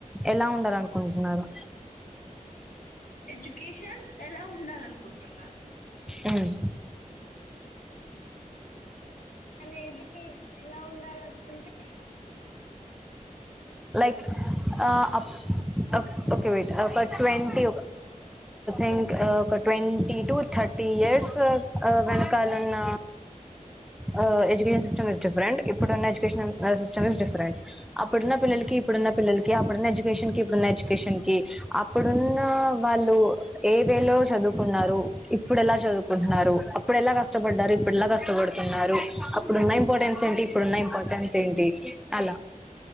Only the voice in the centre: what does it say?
ఎలా ఉండాలనుకుంటున్నారు
ఉమ్
like uh up okay white twenty అన్ట్ twenty to thirty years వెనకాలున్న uh education system is different ఇప్పుడున్న ఎడ్యుకేషన్ సిస్టమ్ ఇస్ డిఫరెంట్ అప్పుడున్న పిల్లలకి కి ఇప్పుడున్న పిల్లలకి అప్పుడున్న ఎడ్యుకేషన్ కి ఇప్పుడున్న ఎడ్యుకేషన్ కి అప్పుడున్న వాళ్ళు ఏ వేలో చదువుకున్నారు ఇప్పుడు ఎలా చదువుకుంటున్నారు అప్పుడు ఎలా కష్టపడ్డారు ఇప్పుడులా కష్టపడుతున్నారు అప్పుడున్న ఇంపార్టెన్స్ ఏంటి ఇప్పుడున్న ఇంపార్టెన్స్ ఏంటి అల